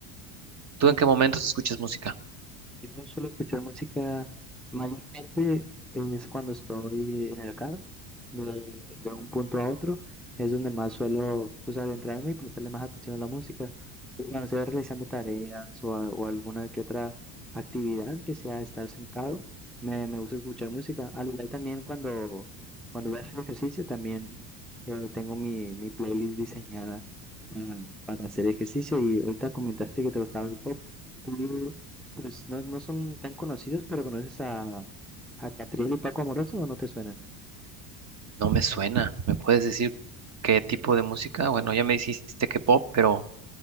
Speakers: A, on the right (about 35°); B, in the centre.
A: ¿Tú en qué momentos escuchas música?
B: Yo suelo escuchar música, mayor parte es cuando estoy en el carro, de, de un punto a otro, es donde más suelo pues, adentrarme y prestarle más atención a la música. Pero cuando estoy realizando tareas o, a- o alguna que otra actividad que sea estar sentado, me, me gusta escuchar música. Al igual también cuando, cuando voy a hacer ejercicio, también eh, tengo mi, mi playlist diseñada para, para hacer ejercicio. Y ahorita comentaste que te gustaba el pop. tú pues no, no son tan conocidos, pero conoces a, a Catriel y Paco Amoroso o no te suenan.
A: No me suena. ¿Me puedes decir qué tipo de música? Bueno, ya me dijiste que pop, pero